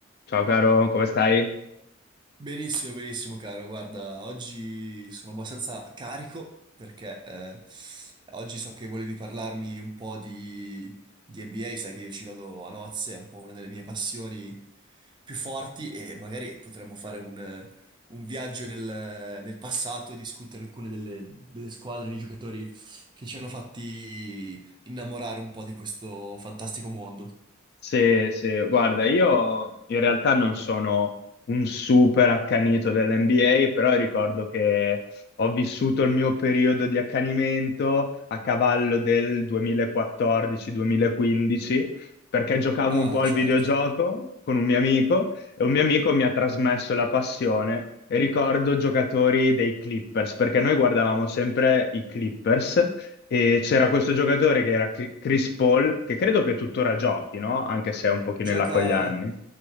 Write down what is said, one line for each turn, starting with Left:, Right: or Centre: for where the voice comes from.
Left: Ciao caro, come stai?
Right: Benissimo, benissimo, caro. Guarda, oggi sono abbastanza carico perché eh, oggi so che volevi parlarmi un po' di, di NBA, sai che io ci vado a nozze, è un po' una delle mie passioni più forti e magari potremmo fare un, un viaggio nel, nel passato e discutere alcune delle, delle squadre di giocatori che ci hanno fatti innamorare un po' di questo fantastico mondo.
Left: Se, se- guarda, io in realtà non sono un super accanito dell'NBA, però ricordo che ho vissuto il mio periodo di accanimento a cavallo del 2014-2015, perché giocavo
Right: Ah,
Left: un po' al
Right: certo.
Left: videogioco con un mio amico e un mio amico mi ha trasmesso la passione. E ricordo giocatori dei Clippers, perché noi guardavamo sempre i Clippers E c'era questo giocatore che era Cri- Chris Paul, che credo che tuttora giochi, no? Anche se è un pochino
Right: Gioca...
Left: in là con gli anni.